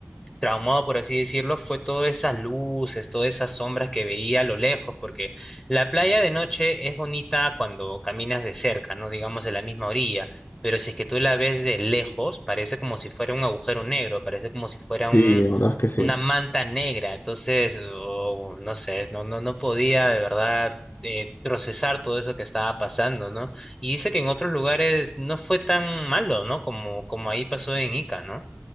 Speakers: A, in the centre; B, on the left (about 65°).
A: traumado, por así decirlo, fue todas esas luces, todas esas sombras que veía a lo lejos, porque la playa de noche es bonita cuando caminas de cerca, ¿no? Digamos de la misma orilla, pero si es que tú la ves de lejos, parece como si fuera un agujero negro, parece como si fuera
B: sí,
A: un,
B: la verdad es que sí.
A: una manta negra, entonces, oh, no sé, no, no, no podía de verdad. eh, procesar todo eso que estaba pasando, ¿no? Y dice que en otros lugares no fue tan malo, ¿no? Como, como ahí pasó en Ica, ¿no?